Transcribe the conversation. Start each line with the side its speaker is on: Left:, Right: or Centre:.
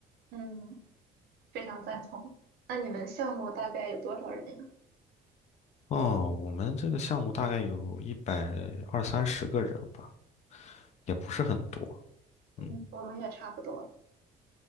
Right: 嗯，非常赞同。那你们项目大概有多少人呀？
Left: 哦，我们这个项目大概有一百二三十个人吧，也不是很多。
Right: 嗯，
Left: 嗯
Right: 我们也差不多。